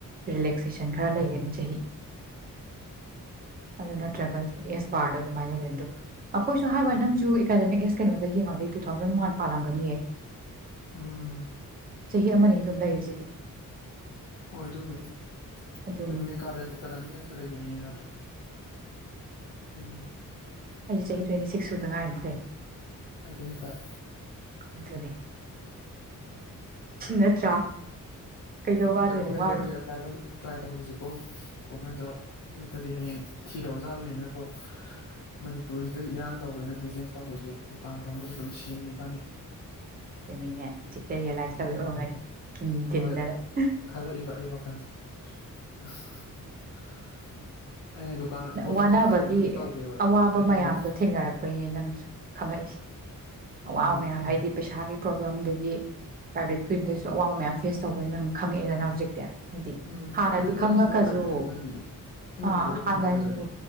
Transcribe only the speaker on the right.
ꯔꯤꯂꯦꯛꯁꯦꯁꯟ
ꯈꯔ ꯂꯩꯒꯅꯤ ꯆꯍꯤ ꯑꯗꯨ ꯅꯠꯇ꯭ꯔꯒꯗꯤ ꯑꯦꯁ ꯕꯥꯔꯗꯣ ꯑꯗꯨꯃꯥꯏꯅ ꯂꯩꯗꯣꯏꯅꯤꯗꯣ ꯑꯩꯈꯣꯏꯁꯨ ꯍꯥꯏꯕ
ꯅꯪꯁꯨ ꯑꯦꯀꯥꯗꯃꯤꯛꯁ ꯌꯦꯡꯉꯛꯗꯤ ꯇꯨ ꯊꯥꯎꯖꯟ ꯋꯥꯟ ꯄꯥꯜꯂꯝꯒꯅꯤꯍꯦ
ꯆꯍꯤ ꯑꯃꯅꯤ ꯑꯗꯨꯝ ꯂꯩꯔꯁꯤꯗꯤ
ꯑꯗꯨꯅꯤ
ꯑꯩꯁꯨ ꯆꯍꯤ ꯇ꯭ꯋꯦꯟꯇꯤ ꯁꯤꯛꯁ ꯁꯨꯗ ꯉꯥꯏꯔꯤꯝ ꯀꯩꯅꯣ
ꯑꯗꯨꯅꯦ ꯅꯠꯇ꯭ꯔꯥ ꯀꯩꯗꯧ
ꯋꯥꯗꯣꯏꯅꯣ
ꯋꯥꯔꯨ
ꯑꯗꯨꯅꯤꯅꯦ ꯍꯧꯖꯤꯛꯇ ꯔꯤꯌꯦꯂꯥꯏꯁ
ꯇꯧꯔꯑꯝꯒꯅꯤ ꯀꯤꯟ ꯇꯤꯟꯗꯅ
ꯋꯥꯅꯕꯒꯤ
ꯑꯋꯥꯕ
ꯃꯌꯥꯝꯗꯣ
ꯊꯦꯡꯅꯔꯛꯄꯩꯅꯦ ꯅꯪꯁꯨ ꯈꯪꯉꯛꯏꯁꯦ ꯋꯥ
ꯃꯌꯥꯝ ꯍꯥꯏꯗꯤ ꯄꯩꯁꯥꯒꯤ ꯄ꯭ꯔꯣꯕ꯭ꯂꯦꯝ ꯑꯗꯒꯤ ꯄ꯭ꯔꯥꯏꯚꯦꯠꯀꯤꯨꯗꯁꯨ ꯑꯋꯥꯕ ꯃꯌꯥꯝ ꯐꯦꯁ ꯑꯆꯧꯕꯅ ꯅꯪ ꯈꯪꯉꯛꯑꯦꯗꯅ ꯍꯧꯖꯤꯛꯇꯤ ꯍꯥꯏꯗꯤ
ꯍꯥꯟꯅꯗꯤ
ꯈꯪꯉꯛꯀꯁꯨ
ꯑ
ꯐꯂꯁꯨ